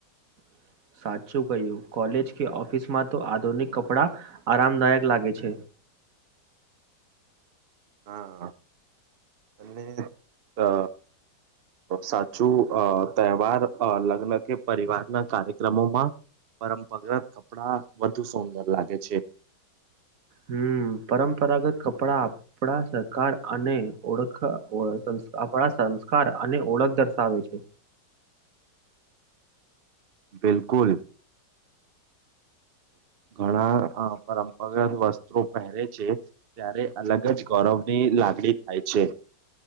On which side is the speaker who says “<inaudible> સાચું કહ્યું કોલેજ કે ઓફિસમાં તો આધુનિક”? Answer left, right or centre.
Right